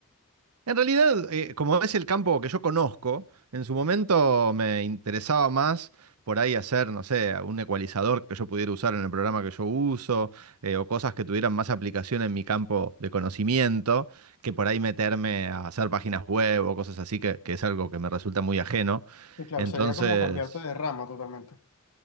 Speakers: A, on the right; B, on the left.
A: En realidad, eh, como es el campo que yo conozco, en su momento me interesaba más por ahí hacer, no sé, un ecualizador que yo pudiera usar en el programa que yo uso, eh, o cosas que tuvieran más aplicación en mi campo de conocimiento, que por ahí meterme a hacer páginas web o cosas así, que, que es algo que me resulta muy ajeno.
B: Sí, claro,
A: Entonces,
B: sería como cambiarte de rama totalmente.